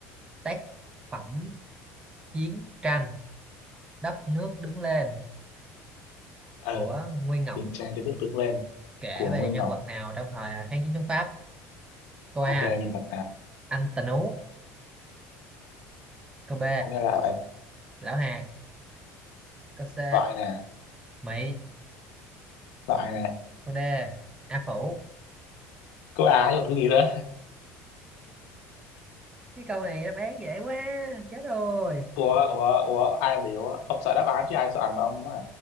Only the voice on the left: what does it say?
ờ
chiến tranh đến nước Tương lên
của
Nguyên
Ngọc
ok nhân vật nào
có nghe là vậy
loại nè
loại nè
có ai còn cái gì nữa
<laughs> ủa ủa ủa ai biểu ông sợ đáp án chứ ai sợ ảnh mà ông à,